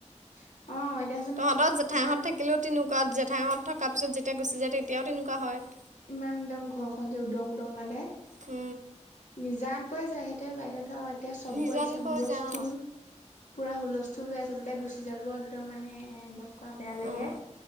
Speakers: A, on the left; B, on the right.
A: অ। এতিয়াচোন
B: তহঁতৰ জেঠাইহঁত
A: ইমান
B: থাকিলেও তেনেকুৱা জেঠাইহঁত থকাৰ পিছত যেতিয়া গুচি যায় তেতিয়াও তেনেকুৱা হয়।
A: ইমান দম ঘৰখন যে উদং উদং লাগে।
B: উ।
A: নিজান পই যায় সেটোৱে বাইদেউ ধ- এতিয়া চবোৰ
B: নিজানপুৰ
A: আহিছে হুলস্থুল,
B: যাওঁ।
A: পুৰা হুলস্থুল হৈ আছে। যেতিয়া গুচি যাব একদম মানে এনেকুৱা বেয়া লাগে।
B: উম,